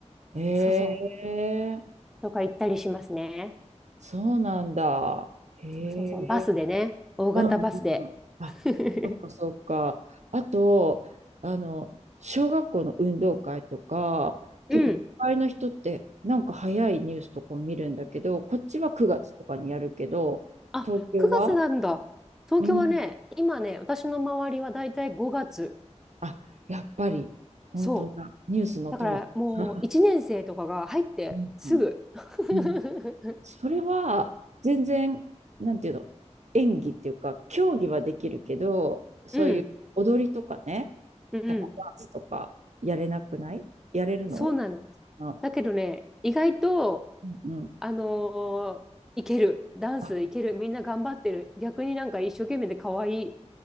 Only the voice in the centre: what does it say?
そうそう。
とか行ったりしますね。
そうそうそう。バスでね。大型バスで。
<laughs>
うん。
<laughs> あ、
9月なんだ。東京はね、
今ね、私の周りはだいたい5月。
そう。
だからもう1年生とかが入ってすぐ。
<laughs>
うん、うん、
そうなの。
だけどね、意外と、
あのーいける。ダンスいける。
みんな頑張ってる。逆になんか一生懸命で可愛い